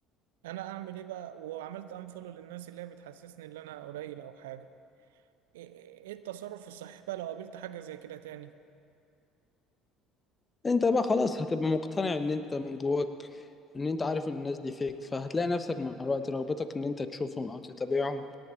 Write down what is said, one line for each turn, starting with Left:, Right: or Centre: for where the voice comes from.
Right: أنا أعمل إيه بقى وعملت أنفولو للناس اللي هي بتحسسني إن أنا قليل أو حاجة ايه التصرف الصحيح بقى لو قابلت حاجة زي كده تاني
Left: انت بقى خلاص هتبقى مقتنع ان انت من جواك ان انت عارف ان الناس دي فيك فهتلاقي نفسك مع الوقت رغبتك ان انت تشوفهم او تتابعهم